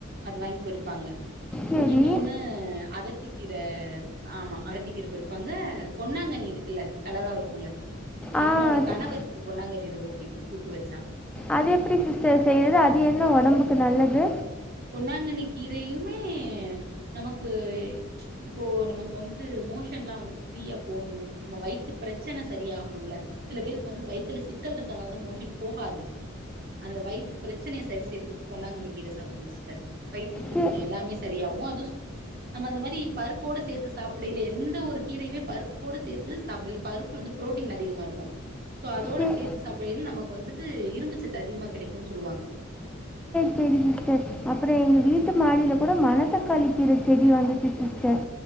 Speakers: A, on the right; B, in the centre.
A: அது வாங்கி பொரிப்பாங்க
B: சரி.
A: இன்னொன்னு அகத்திக் கீர ஆமா அகத்திக்கீர பொரிப்பாங்க பொன்னாங்கண்ணி இருக்குல்ல கலரா இருக்குல
B: ஆ
A: என்னோட கணவருக்கு
B: ச-
A: பொன்னாங்கண்ணி ரொம்ப புடிக்கு கூட்டு வச்சா
B: அது எப்டி சிஸ்டர் செய்றது அது என்ன ஒடம்புக்கு நல்லது
A: பொன்னாங்கண்ணி கீரையுமே நமக்கு இப்போ நமக்கு வந்துட்டு மோஷன் ல்லா வந்துட்டு ஃப்ரீயா போணு நம்ம வயித்து பிரெச்சன சரியாகணுல சில பேருக்கு வந்து வயித்துல சிக்கல் இருக்கனால தா மோஷன் போகாது அந்த வயித்துப் பிரெச்சனய சரி செய்றதுக்கு பொன்னாங்கண்ணி கீர சாப்ணு சிஸ்டர் வயித்துப் பிரெச்சன
B: சே
A: எல்லாமே சரியாகு அது சு நம்ம அந்த மாரி பருப்போடு சேத்து சாப்டேல எந்த ஒரு கீரயுமே பருப்போடு சேத்து சாப்டேல பருப்பு வந்து புரோட்டீன் அதிகமா இருக்கு சோ அதோட
B: சே
A: சேத்து சாப்டேல நமக்கு வந்துட்டு இரும்புச்சத்து அதிகமா கெடைக்குன்னு சொல்லுவாங்க
B: சேரி சிஸ்டர் அப்பற எங்க வீட்டு மாடில கூட மணத்தக் காளி கீர செடி வந்துச்சு சிஸ்டர்